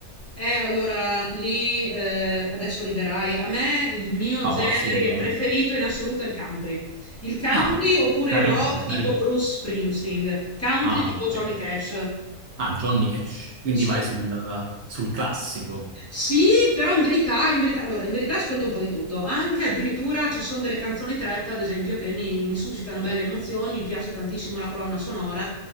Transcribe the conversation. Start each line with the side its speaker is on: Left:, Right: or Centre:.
Left: Eh, allora, lì, eh, adesso riderai. A me il mio
Right: No,
Left: genere
Right: assolutamente.
Left: preferito in assoluto è il country. Il country
Right: Ah,
Left: oppure
Right: carino,
Left: il rock tipo
Right: carino.
Left: Bruce Springsteen, country
Right: Ah,
Left: tipo
Right: ok.
Left: Johnny Cash.
Right: Ah, Johnny Cash. Quindi
Left: Sì,
Right: vai sul, sul classico.
Left: Sì, però in verità, in verità, allora, in verità ascolto un po' di tutto. Anche addirittura ci sono delle canzoni trap, ad esempio, che mi, mi suscitano belle emozioni. Mi piace tantissimo la colonna sonora.